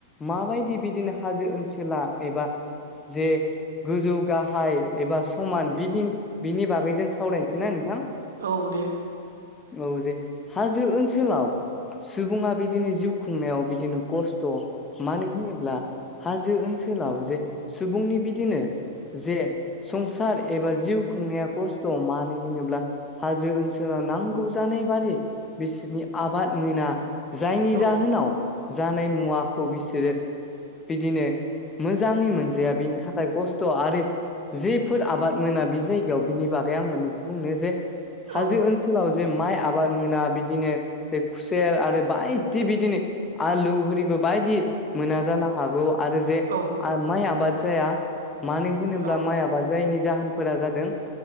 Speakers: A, on the left; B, on the right.
A: माबादि बिदिनो हाजो ओनसोला एबा ओ जे गोजौ गाहाय एबा समान बिदि बिनि बागै जों सावरायनोसै सिनाय नोंथांआ
B: औ दे
A: औ जे हाजो ओनसोलावहा सुबुङा बिदिनो जिउ खुंनायाव बिदिनो खस्थ' मानो होनोब्ला हाजो ओनसोलाव जे सुबुंनि बिदिनो ओ जे संसार एबा जिउ खुंनाया खस्थ' मा हो हाजो ओनसोलाव नांगौ जानाय बादि बिसोरनि आबाद मोना जायनि
B: औ
A: जाहोनाव जानाय मुवाखौ बिसोरो बिदिनो मोजाङै मोनजाया बेनि थाखाय खस्थ' आरो ओ जेफोर आबाद मोना बे जायगायाव बिनि बागै आं मोननैसो बुंनो जे हाजो
B: औ
A: ओनसोल ओ लाव जे माइ आबाद मोना बिदिनो खुसेर आरो बायदि बिदिनो ओ आलु हरिबो बायदि मोना जानो हागौ आरो जे
B: औ
A: माइ आबाद जाया मानो होनोब्ला
B: औ
A: माइ आबाद जायैनि जाहोना फोर जादों